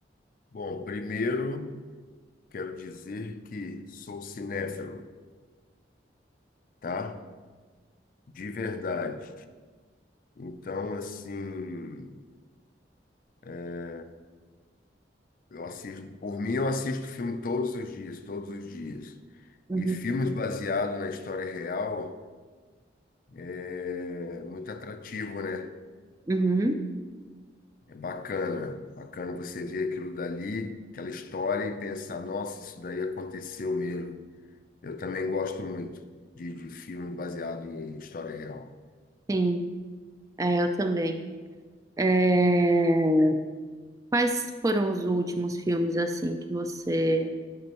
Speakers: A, on the left; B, on the right.
A: bom, primeiro quero dizer que sou cinéfilo, tá? De verdade. Então, assim, é, eu assisto, por mim eu assisto filme todos os dias, todos os dias.
B: Uhum.
A: E filmes baseados na história real é muito atrativo, né?
B: Uhum.
A: É bacana, bacana você ver aquilo dali, aquela história e pensar, nossa, isso daí aconteceu mesmo. Eu também gosto muito de, de filme baseado em história real.
B: Sim, é, eu também. É, Quais foram os últimos filmes assim que você